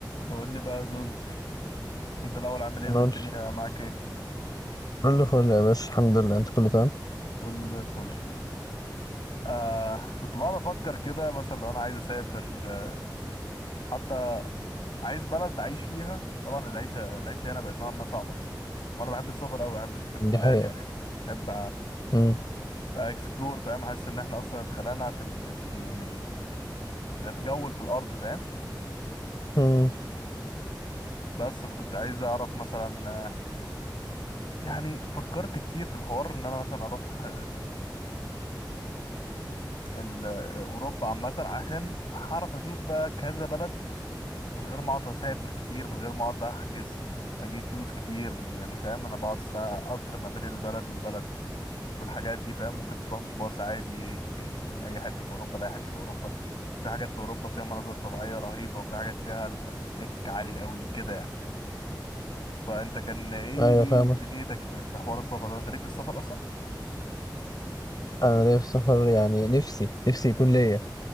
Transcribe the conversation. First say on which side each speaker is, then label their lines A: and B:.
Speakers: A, on the left; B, on the left.
A: نقول لي بقى يا زوز انت الاول عامل ايه
B: نقول
A: والدنيا معاك ايه
B: كله فل يا باشا الحمد لله انت كله تمام
A: كله زي الفل آه كنت بقعد افكر كده مثلا لو انا عايز اسافر آه، حتى عايز بلد اعيش فيها طبعا العيشه العيشه هنا بقت نوعا ما صعبه وانا بحب السفر قوي بحب اشوف البلاد
B: دي حقيقة
A: يعني بحب
B: امم
A: اكسبلور فاهم حاسس ان احنا اصلا اتخلقنا عشان نت... ن- ن- نتجول في الارض فاهم
B: امم
A: بس فكنت عايز اعرف مثلا آه، يعني فكرت كتير في الحوار ان انا مثلا اروح ال- اوروبا عامه عشان هعرف اشوف بقى كذا بلد من غير ما اقعد اسافر كتير من غير ما اقعد احجز اجيب فلوس كتير يعني فاهم انا بقعد ساعة قطر ما بين البلد والبلد والحاجات دي فاهم ممكن تروح بباص عادي من اي حته في اوروبا لاي حته في اوروبا في حاجات في اوروبا فيها مناظر طبيعيه رهيبه وفي حاجات فيها ال- التك عالي قوي كده يعني فانت كان ايه
B: ايوه
A: ايه
B: فاهمك
A: دنيتك في في حوار السفر ده انت ليك في السفر اصلا
B: انا ليا في السفر يعني نفسي نفسي يكون ليا